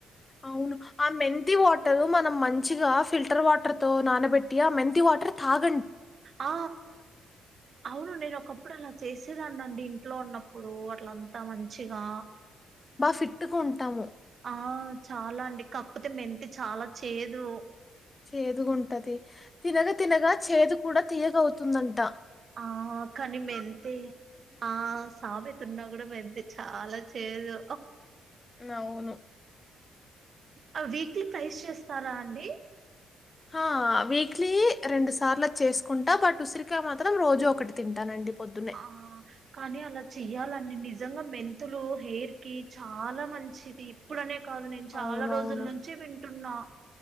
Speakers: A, on the left; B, on the right.
A: అవును ఆ మెంతి వాటర్ మనం మంచి మంచిగా ఫిల్టర్ వాటర్ తో నానబెట్టి ఆ మెంతి వాటర్ తాగోచ్.
B: ఆ అవును నేను ఒకప్పుడు అలా చేసే అండి ఇంట్లో ఉన్నప్పుడు అట్లంతా మంచిగా
A: తిట్టుకుంటాము.
B: ఆ చాలా అండి కప్పతే మెంతి చాలా చేదు
A: చేదుగా ఉంటది. తినగా తినగా చేదు కూడా తీయగవుతు తుందంట.
B: ఆ కాని మేంతే ఆ సామెత ఉన్నా కూడా మేంతే చాలా చేదు.
A: అవును.
B: ఆ వీక్లీ ప్రైస్ చేస్తారా అండి.
A: ఆ హా వీక్లీ రెండు సార్లు చేసుకుంటా బట్, ఉసిరికాయ మాత్రం రోజు ఒకటి తింటానండి. పొద్దున్నే.
B: ఆ కానీ అలా చే చెయాలండి. నిజంగా మెంతులు హెయిర్ కి చాలా మంచిది ఇప్పుడనే కాదు నేను చాలా
A: అవునవును.
B: రోజుల నుంచి వింటున్నా